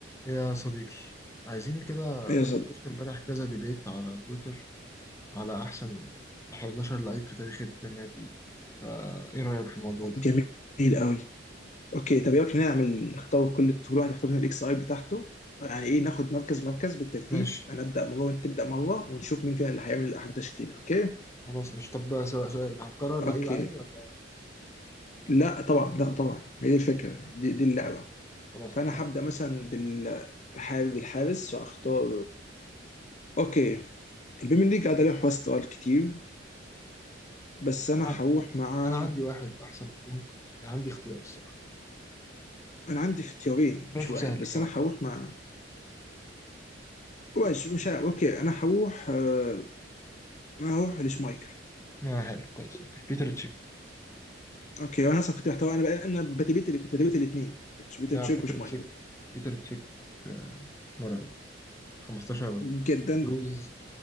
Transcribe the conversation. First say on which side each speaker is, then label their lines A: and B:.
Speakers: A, on the left (about 15°); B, on the left (about 40°).
A: إيه يا صديقي عايزين كده
B: ايه يا صديقي
A: كنت شفت امبارح كذا ديبيت على تويتر على أحسن 11 لعيب في تاريخ البريمير ليج فا إيه رأيك في الموضوع ده؟
B: جميل قوي اوكي طب يلا نعمل نختار كل كل واحد يختار من الاكس اي بتاعته يعني ايه ناخد مركز مركز بالترتيب
A: ماشي
B: انا ابدا مره وانت تبدا مره ونشوف مين فينا اللي هيعمل احلى تشكيله اوكي
A: خلاص مش طب بقى سؤال سؤال هنكرر لعيب
B: اوكي
A: عادي ولا
B: لا طبعا لا طبعا هي دي الفكره
A: أوكي،
B: دي, دي اللعبه
A: خلاص
B: فانا
A: اتفقنا
B: هبدا مثلا بال بحابب الحارس واختار اوكي البيمن ليج قاعد عليه حواس سؤال كتير بس انا
A: أنا
B: هروح
A: أنا
B: مع
A: أنا عندي واحد أحسن ممكن يعني عندي اختيار الصراحة
B: انا عندي اختيارين
A: شايفه
B: مش واحد
A: سهل
B: بس
A: كمان
B: انا هروح مع مش مش عارف. اوكي انا هروح آه، ما هروح لشمايكل
A: آه حلو كويس أوكي بيتر تشيك
B: اوكي وانا اصلا كنت محتار انا بقى انا بتبيت اللي كنت بتبيت الاثنين بيتر
A: لا
B: تشيك
A: بيتر
B: وشمايكل
A: تشيك بيتر تشيك آه، مرعب 15
B: جدا
A: لوز